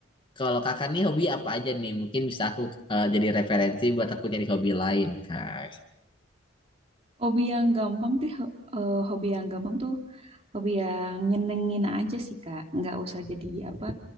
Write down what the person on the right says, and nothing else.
Hobi yang gampang tuh, ho- eh, hobi yang gampang tuh, hobi yang nyenengin aja sih Kak. Nggak usah jadi apa,